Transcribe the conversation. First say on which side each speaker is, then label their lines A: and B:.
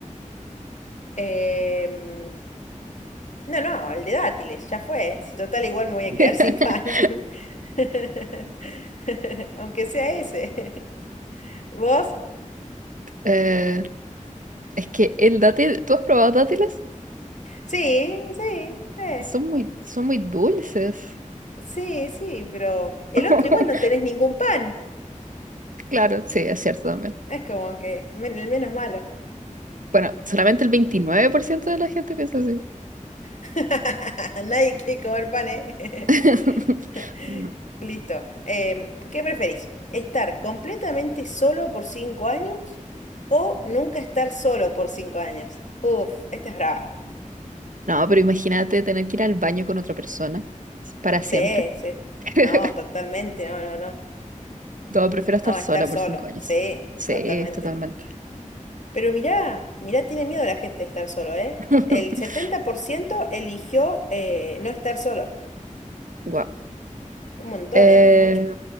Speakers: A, on the left (about 65°); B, on the right (about 75°).
A: Em, no, no, el de dátiles, ya fue. Si total, igual me voy a
B: <laughs>
A: quedar sin pan. <laughs> Aunque sea ese. <laughs> ¿Vos?
B: Eh, es que el dátil, ¿tú has probado dátiles?
A: Sí, sí. eh,
B: Son muy, son muy dulces.
A: Sí, sí, pero el
B: <laughs>
A: otro igual no tenés ningún pan.
B: Claro, sí, es cierto también.
A: Es como que men- el menos malo.
B: Bueno, solamente el 29% de la gente piensa así.
A: <laughs> Nadie quiere comer pan, ¿eh?
B: <laughs>
A: <laughs>
B: No.
A: Listo. Em, ¿qué preferís? ¿Estar completamente solo por cinco años o nunca estar solo por cinco años? Uf, esta es brava.
B: No, pero imagínate tener que ir al baño con otra persona para
A: Sí,
B: siempre.
A: sí.
B: <laughs>
A: No, totalmente, no, no, no.
B: No, prefiero estar
A: No,
B: sola
A: estar solo.
B: por cinco años.
A: Sí,
B: Sí,
A: totalmente.
B: totalmente.
A: Pero mirá, mirá, tiene miedo la gente de estar solo, ¿eh?
B: <laughs>
A: El 70% eligió eh, no estar solo.
B: Wow.
A: Un montón,
B: Eh,
A: ¿eh? Mucho.